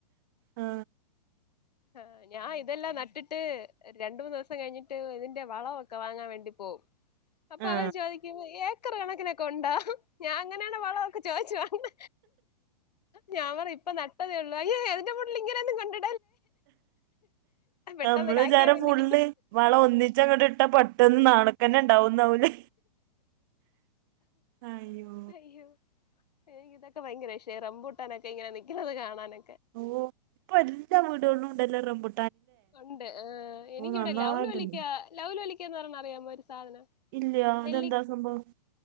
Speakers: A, on the right; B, on the left.
A: ആ
B: ആഹ് ഞാൻ ഇതെല്ലാം നട്ടിട്ട് രണ്ട് മൂന്ന് ദിവസം കഴിഞ്ഞിട്ട് ഇതിന്റെ വളവൊക്കെ വാങ്ങാൻ വേണ്ടി പോവും അപ്പൊ
A: ആ
B: അവര് ചോയ്ക്കും ഏക്കർ കണക്കിനൊക്കെ ഉണ്ടോ ഞാ അങ്ങ ങ്ങൻത്തെ വളവൊക്കെ ചോയ്ച്ചു വാങ്ങ ഞാൻ പറയും ഇപ്പം നട്ടതേ ഉള്ളൂ അയ്യോ അയിന്റെ മൂട്ടിൽ ഇങ്ങനെയൊന്നും കൊണ്ട്ട് പെട്ടെന്ന്
A: ആ അമ്മളെ
B: കായ്ക്കാൻ
A: വിജാരം
B: വേണ്ടി
A: ഫുള്ള് വളം ഒന്നിച്ചങ്ങട്ട് ഇട്ടാ പെട്ടെന്ന് നാളെക്കെന്നെ ഇണ്ടാവുംന്നാവൂലേ അയ്യോ
B: അയ്യോ എനിക്ക് ഇതൊക്കെ ഭയങ്കര ഇഷേ റംബൂട്ടാനൊക്കെ ഇങ്ങനെ നിക്കുന്നത് കാണാന്
A: ഓഹ് ഇപ്പൊ എല്ലാ വീടുകളിലും ഇണ്ടെല്ലൊ റംബു
B: ഉണ്ട് എനിക്കിവിടെ
A: നന്നായിട്ടുണ്ട്
B: ലൗലോലിക്ക ലൗലോലിക്കാന്ന് പറയ്ണത് അറിയാമോ സാധനം
A: ഇല്ല
B: നെല്ലി
A: അതെന്താ സംഭവം